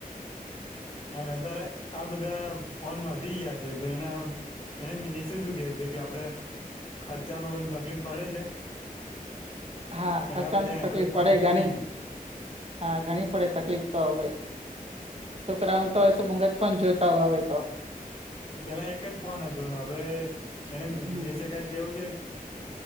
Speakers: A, on the left; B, on the right.
A: અને અત્યારે આ બધા ફોન હટી ગયા છે તો એના એને શું કેવું છે કે આપડે ખર્ચામાં પણ તકલીફ પડે છે
B: હા
A: પેલા
B: ખર્ચામાં
A: બધા
B: તો
A: એન્ડ્રોઈડ
B: તકલીફ
A: ફોન
B: પડે
A: હતા
B: ઘણી
A: નહી
B: હા ઘણી પડે તકલીફ તો હવે છોકરાઓને તોય શું મંગજ ફોન જોઈતા હોય હવે તો
A: પેલા એક જ ફોન હતો ન હવે એને
B: હમ
A: એ વિશે કઈ કેવું છે.